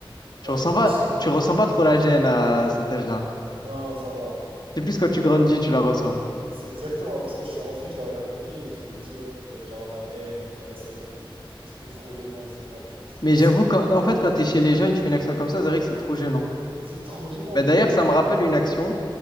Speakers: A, on the left; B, on the right.
A: Tu
B: Ouais,
A: ressens
B: j'étais
A: pas,
B: petit.
A: tu ressens pas trop la gêne à cet âge-là.
B: Non, ça va.
A: C'est plus quand tu grandis,
B: En fait,
A: tu la ressens.
B: C'est exactement. En plus, quand je suis rentré, que je leur ai raconté et qu'ils m'ont dit, ouais, t'as- genre à ma mère, mes frères et sœurs et tout, ils m'ont dit, t'es trop gênant, etc. Tu vois, c'est
A: Mais
B: plus
A: j'avoue,
B: ça. hein.
A: quand, en fait, quand t'es chez les gens et que tu fais une action comme ça, c'est vrai que c'est trop gênant.
B: C'est trop gênant
A: Bah,
B: de
A: d'ailleurs,
B: ouf.
A: ça
B: c'est-
A: me rappelle une action.